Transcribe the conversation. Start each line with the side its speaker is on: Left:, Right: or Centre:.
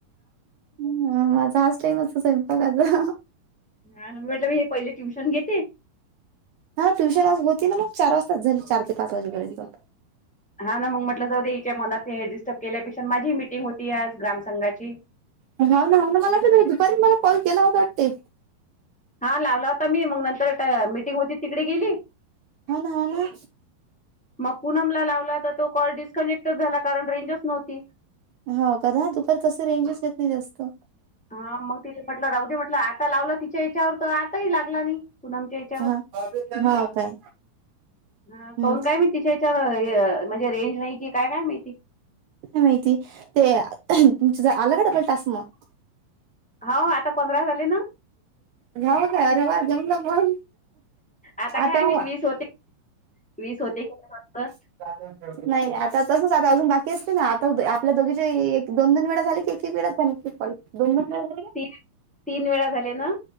Right: माझा हाच टाईम अस स्वयंपाकाचा
Centre: नाही म्हटलं मी हे पहिले ट्युशन घेते
Right: हा ट्युशन आज होती ना मग चार वाजताच झाली चार ते पाच वाजेपर्यंत
Centre: हा ना मग म्हटलं जाऊ दे्या याच्या मनात डिस्टर्ब केल्यापेक्षा माझी मीटिंग होती आज ग्रामसंघाची
Right: हो ना ना मला अस दुपारी मला कॉल केला असं वाटते
Centre: हा लावला होता मी मग नंतर मीटिंग होती तिकडे गेली
Right: होना, होना
Centre: मग पूनमला लावला तर तो कॉल डिस्कनेक्टच झाला कारण रेंजच नव्हती
Right: हो कदा दुपार तस रेंजच येत नाही जास्त
Centre: हा मग तिला म्हटलं रावदे म्हटलं आता लावलं तिच्या याच्यावर तर आताही लागला नाही पुनम च्यावर
Right: हा हाव काय
Centre: ह
Right: हम्म
Centre: कन काय मी तिच्या च्य ह म्हणजे रेंज नाही की काय, काय माहिती?
Right: का माहिती ते तुमच ज आला का डबल टास्क मग
Centre: हाव आता पंधरा झाले ना
Right: नाव काय अरे वा जमला म
Centre: आता काय
Right: आतावा
Centre: मी वीस होत वीस होते <unintelligible> नंतर
Right: <unintelligible> नाही आता तसच आता अजून बाकी असते ना आता आपल्या दोघीचे एक दोन, दोन वेळा झाली की एक, एक वेळाच झालेत कॉल <unintelligible>
Centre: तीन, तीन वेळा झाले ना